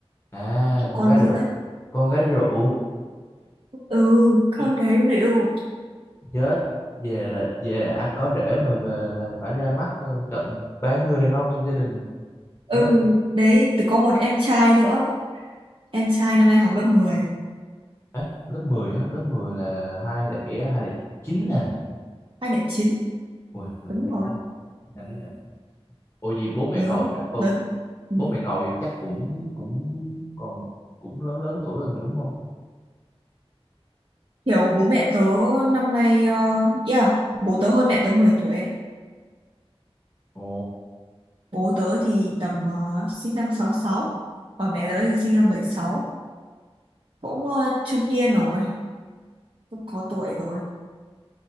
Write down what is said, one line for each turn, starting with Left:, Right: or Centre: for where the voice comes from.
Left: À,
Right: kiểu
Left: con
Right: con
Left: gái
Right: giữa
Left: ruột.
Right: ấy.
Left: Con gái ruột.
Right: ừ con
Left: <laughs>
Right: gái ví dụ
Left: chết về là về ai có rể mà về là phải ra mắt ờ, tận ba người đàn ông trong gia đình
Right: ừ
Left: chết
Right: đấy từ có một em trai nữa em trai năm nay học lớp mười,
Left: ấy lớp 10 á lớp mười là hai lẻ hai lẻ chín nè
Right: anh lại chín
Left: ui
Right: đúng
Left: nhanh
Right: rồi
Left: đấy nhanh đấy nhỉ ủa gì bố mẹ
Right: lớn
Left: cậu chắc cậu
Right: lớn ừ.
Left: bố mẹ cậu thì chắc cũng cũng còn cũng lớn lớn tuổi rồi mà đúng không
Right: kiểu bố mẹ tớ năm nay uh, yeah bố tớ hơn mẹ tớ 10 tuổi ấy.
Left: ồ
Right: Bố tớ thì tầm ờ, sinh năm sáu sáu còn mẹ tớ thì sinh năm bảy sáu cũng ờ, trung niên rồi, cũng có tuổi rồi.